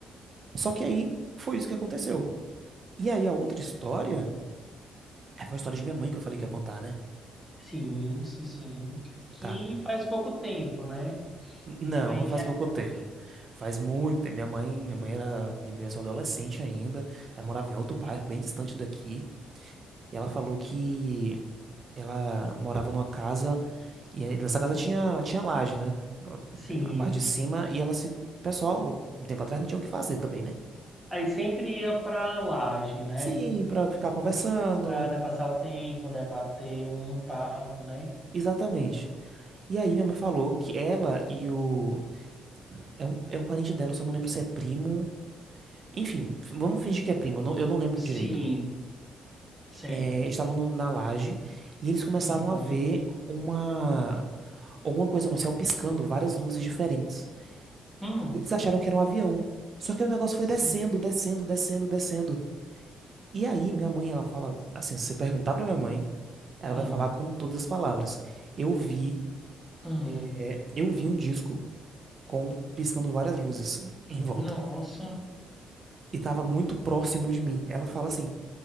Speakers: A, on the right; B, in the centre.
A: Só que aí foi isso que aconteceu. E aí a outra história, é, foi a história de minha mãe que eu falei que ia contar, né?
B: Sim, sim, sim. Que
A: Tá.
B: faz pouco tempo, né?
A: Não,
B: Foi
A: não
B: recente.
A: faz pouco tempo. Faz muito. tempo. Minha mãe, minha mãe era devia ser adolescente ainda. Ela morava em outro bairro, bem distante daqui. E ela falou que ela morava numa casa e aí nessa casa tinha tinha laje, né?
B: Sim.
A: A parte de cima e ela se, o pessoal, um tempo atrás não tinha o que fazer também, né?
B: Aí sempre ia pra laje, né?
A: Sim, pra ficar conversando.
B: Pra, né, passar o tempo, né? Bater um papo, né?
A: Exatamente. E aí minha mãe falou que ela e o é um, é um parente dela, eu só não lembro se é primo. Enfim, vamos fingir que é primo, eu não, eu não lembro
B: sim,
A: direito.
B: Certo.
A: é, estavam no- na laje e eles começaram
B: Aham.
A: a ver uma alguma coisa no céu piscando, várias luzes diferentes.
B: Hum.
A: E eles acharam que era um avião. Só que aí o negócio
B: sim.
A: foi descendo, descendo, descendo, descendo. E aí minha mãe, ela fala assim, se você perguntar pra minha mãe, ela
B: Ah,
A: vai falar com todas as palavras. Eu vi,
B: ah.
A: é, eu vi um disco com piscando várias luzes em volta.
B: Nossa,
A: E tava muito próximo de mim. Ela fala assim,